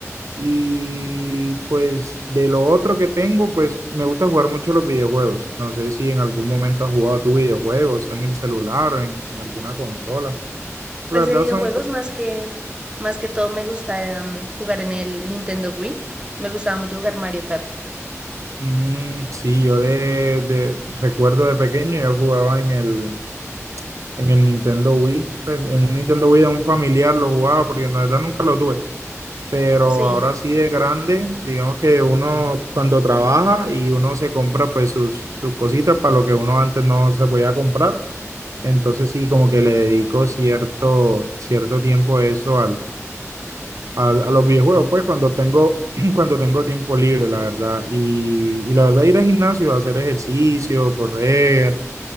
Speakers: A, on the right (about 75°); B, on the right (about 20°).
A: Y pues de lo otro que tengo, pues me gusta jugar mucho los videojuegos. No sé si en algún momento has jugado tus videojuegos, en el celular o en en alguna consola.
B: Pues
A: La verdad
B: de videojuegos
A: son
B: más que más que todo me gusta em, jugar en el Nintendo Wii. Me gustaba mucho jugar Mario Kart.
A: Mm, sí, yo de, de- recuerdo de pequeño, yo jugaba en el, en el Nintendo Wii, pues, en un Nintendo Wii de un familiar lo jugaba porque en la verdad nunca lo tuve, pero
B: Sí,
A: ahora sí de grande, digamos que uno cuando trabaja y uno se compra pues sus, sus cositas para lo que uno antes no se podía comprar, entonces sí como que le dedico cierto, cierto tiempo eso a, a los videojuegos, pues cuando tengo, <clears throat> cuando tengo tiempo libre, la verdad. Y, y la verdad, ir al gimnasio, hacer ejercicio, correr,